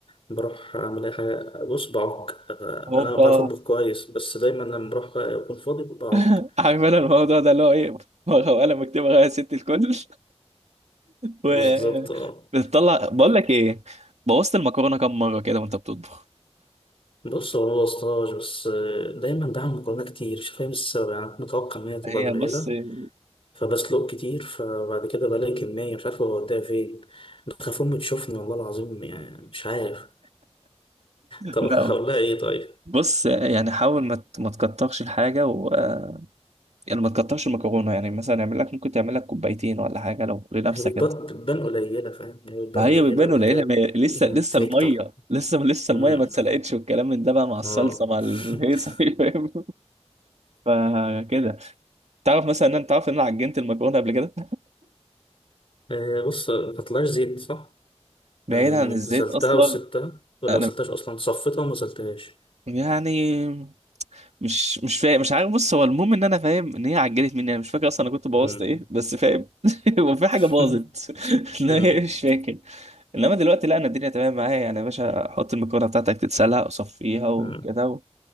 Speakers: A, on the left; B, on the right.
A: بروح أعمل أي حاجة بص بعك
B: هوبا
A: أنا بعرف أطبخ كويس بس دايما لما بروح بقى أكون فاضي بعك
B: <laughs> عارف انا الموضوع ده اللي هو ايه ورقه وقلم اكتب ورقه يا ست الكل <laughs> و
A: بالظبط أه
B: بتطلع بقول لك ايه بوظت المكرونه كام مره كده وانت بتطبخ
A: بص هو أنا مبوظتهاش بس آه، دايما بعمل مكرونة كتير مش فاهم السبب يعني كنت متوقع إن هي تبقى
B: هي
A: قليلة
B: بص <laughs>
A: فبسلق كتير فبعد كده بلاقي كمية مش عارف أوديها فين بخاف أمي تشوفني والله العظيم يعني مش عارف طب
B: لا
A: <laughs> هقول لها إيه طيب
B: بص يعني حاول ما ت- ما تكترش الحاجه و آه، يعني ما تكترش المكرونه يعني مثلا اعمل لك ممكن تعمل لك كوبايتين ولا حاجه لو لنفسك
A: ما هي بتبان
B: انت
A: بتبان قليلة فاهم هي بتبان
B: ما هي
A: قليلة
B: بتبان
A: بس
B: قليله
A: كده
B: ما هي لسه لسه
A: تكتر
B: الميه لسه لسه
A: مم.
B: الميه ما اتسلقتش والكلام من ده بقى مع الصلصه
A: اه
B: مع الهيصه
A: <laughs>
B: <laughs> فاهم فكده تعرف مثلا ان انت عارف ان انا عجنت المكرونه قبل كده
A: آه، بص ما طلعش زيت صح؟
B: بعيد
A: آه،
B: عن الزيت
A: غسلتها
B: اصلا
A: وسبتها ولا
B: انا
A: غسلتهاش أصلا صفيتها وما غسلتهاش
B: يعني مش مش فاهم مش عارف بص هو المهم ان انا فاهم ان هي عجلت مني انا مش فاكر اصلا انا كنت بوظت
A: مم.
B: ايه بس فاهم <laughs> هو في حاجه باظت
A: <laughs>
B: <laughs> لا
A: مم.
B: هي مش فاكر انما دلوقتي لا انا الدنيا تمام معايا يعني يا باشا حط المكرونه بتاعتك تتسلق وصفيها وكده
A: مم.
B: و...